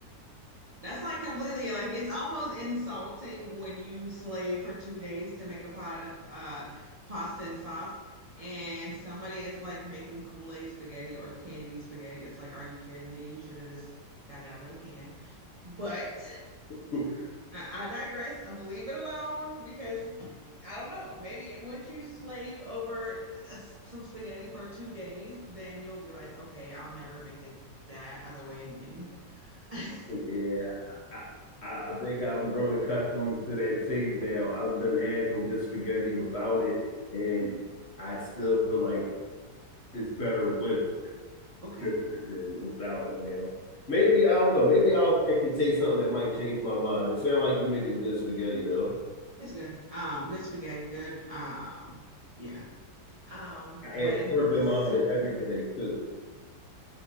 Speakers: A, on the right; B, on the left.
A: That's like completely like it's almost insulting when you slave for two days to make a pot of uh pasta and sauce and somebody is like making Kool-Aid spaghetti or candy spaghetti. It's like, are you kidding me? You should have just got it out of a can. But
B: <laughs>
A: I, I digress. I'm gonna leave it alone because I don't know. Maybe once you slave over a s- some spaghetti for two days, then you'll be like, okay, I'll never make it that other way again. <laughs>
B: Yeah, I, I, I think I've grown accustomed to that taste now. I've done had some good spaghetti without it, and I still feel like it's better with
A: Okay.
B: than without now. Maybe I don't know. Maybe I'll actually taste something that might change my mind. It sounds like you make a good spaghetti though.
A: It's good. Um, good spaghetti, good. Um, yeah. Um,
B: I
A: wedding
B: add shrimp in
A: soup.
B: mine and everything too.